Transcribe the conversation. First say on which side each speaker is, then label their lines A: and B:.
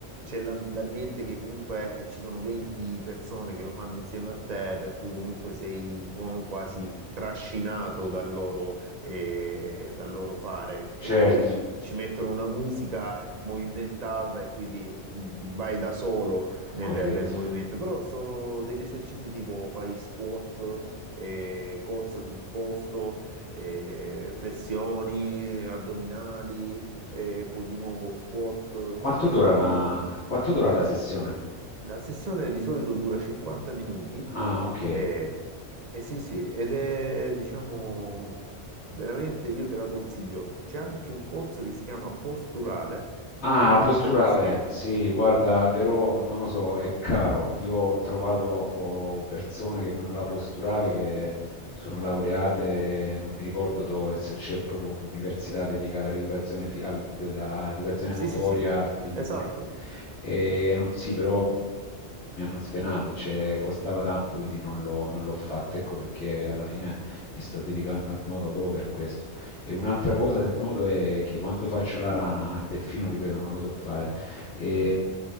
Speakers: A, on the right (about 55°); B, on the left (about 70°).
A: c'è la- l'ambiente che comunque ci sono 20 persone che lo fanno insieme a te, per cui comunque sei quasi trascinato dal loro, eh, dal loro fare. E
B: certo,
A: poi ci mettono una musica movimentata e quindi mm, vai da solo nel,
B: corretto.
A: nel movimento. Però sono degli esercizi tipo fai squat, eh, corsa sul posto, eh, flessioni, addominali. E poi di nuovo squat,
B: Quanto
A: insomma,
B: dura
A: sono
B: una...
A: degli
B: Quanto dura la sessione?
A: la sessione di solito dura 50 minuti
B: Ah, ok.
A: e, e sì, sì, ed è, diciamo, veramente io te la consiglio. C'è anche un corso che si chiama posturale,
B: Ah,
A: che è
B: la
A: proprio
B: posturale.
A: per la schiena.
B: Sì, guarda,
A: Mm,
B: però non lo so, è caro. Io ho trovato oh, persone che fanno la posturale che sono laureate, non mi ricordo dove, se c'è proprio un'università dedicata all'educazione fi- all'educazione
A: Sì,
B: motoria,
A: sì, sì,
B: fisi-
A: esatto.
B: non ri- e no, sì, però mi hanno svenato, cioè, costava tanto, quindi non l'ho non l'ho fatto, ecco perché alla fine mi sto dedicando al nuoto proprio per questo. E un'altra cosa del nuoto è che quando faccio la rana, il delfino, ripeto, non lo so fare, e
A: Mm,